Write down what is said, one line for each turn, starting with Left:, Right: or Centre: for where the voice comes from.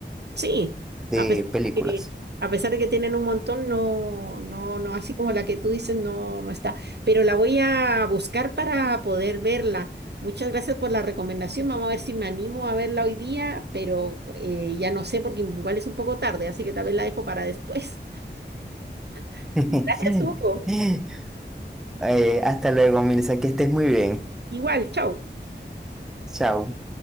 Right: Sí,
Centre: de
Right: a pesar
Centre: películas.
Right: de que, a pesar de que tienen un montón, no, no, no, así como la que tú dices, no, no está. Pero la voy a buscar para poder verla. Muchas gracias por la recomendación. Vamos a ver si me animo a verla hoy día, pero eh, ya no sé porque igual es un poco tarde, así que tal vez la dejo para después. <laughs>
Centre: <laughs>
Right: Gracias, Hugo.
Centre: Eh, hasta luego, Mirza, que estés muy bien.
Right: Igual, chao.
Centre: Chao.